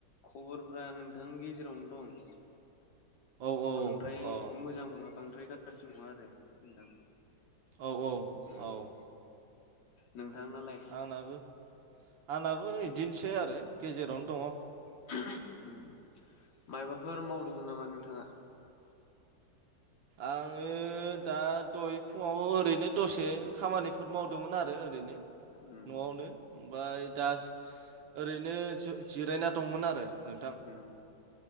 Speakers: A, on the left (about 75°); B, on the right (about 80°).
A: खबरफोरा नोंथां गेजेरावनो दं
B: औ औ
A: बांद्राय
B: अ
A: मोजांबो नङा बांद्रायबो गाज्रि नङा आरो नोंथां
B: औ औ
A: उम
B: औ
A: नोंथांनालाय
B: आंनाबो आंनाबो बिदिनोसै आरो गेजेरावनो दङ'
A: <unintelligible> उम मायबाफोर मावदोंमोन नामा नोंथाङा
B: आङो दा दहय फुङाव ओरैनो दसे खामानिफोर मावदोंमोन आरो ओरैनो
A: उम
B: न'आवनो ओमफाय दा ओरैनो जों जिरायना दंमोन आरो नोंथां
A: उम